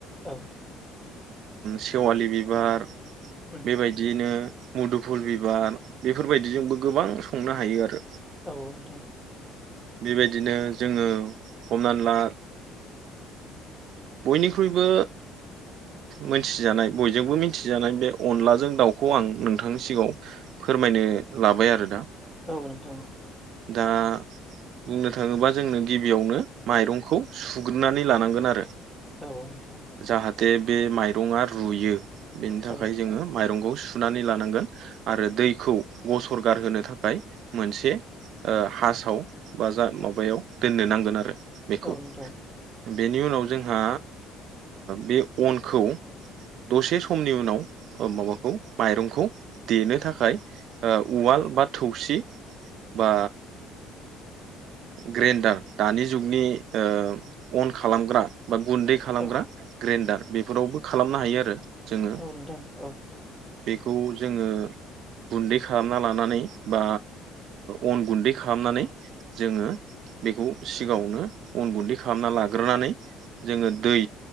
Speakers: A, in the centre; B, on the right (about 55°).
A: औ
B: सेवालि बिबार
A: उम
B: बेबायदियैनो मुदुफुल बिबार बेफोरबायदिजोंबो गोबां संनो हायो आरो
A: औ नोंथां
B: बेबायदिनो जोङो हमनानै ला बयनिख्रुइबो मोनथिजानाय बयजोंबो मिथिजानाय बे अनलाजों दाउ बेखौ आं नोंथांनि सिगाङाव फोरमायनो लाबाय आरो दा
A: औ नोंथाव औ
B: दा बुंनो थाङोबा जोंनो गिबियावनो माइरंखौ सुग्रोननानै लानांगोन आरो
A: औ नोंथां
B: जाहा थे बे माइरङा रुयो बेनि थाखाय
A: औ
B: जोङो माइरंखौ सुनानै लानांगोन आरो दैखौ गसर गारहोनो थाखाय मोनसे हासाव बा जा माबायाव दोननो नांगोन आरो बेखौ
A: औ नोंथां
B: बेनि उनाव जोंहा बे अनखौ दसे समनि उनाव माबाखौ माइरंखौ देनो थाखाय उवाल बा थौसि बा ग्रेन्डार दानि जुगनि अन खालामग्रा बा गुन्दै खालामग्रा
A: औ
B: ग्रेन्डार बेफोरावबो खालामनो हायो आरो जोङो
A: औ नोंथां औ
B: बेखौ जोङो गुन्दै खालामना लानानै बा अन गुन्दै खालामनानै जोङो बेखौ सिगाङावनो अन गुन्दै खालामना लाग्रोनानै जोङो दै